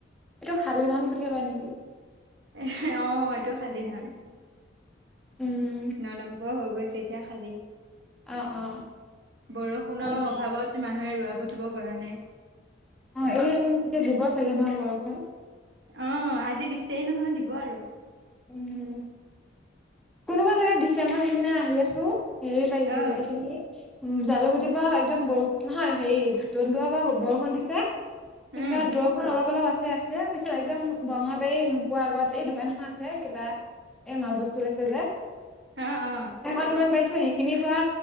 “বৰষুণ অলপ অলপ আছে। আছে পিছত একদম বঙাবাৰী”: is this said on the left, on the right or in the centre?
Centre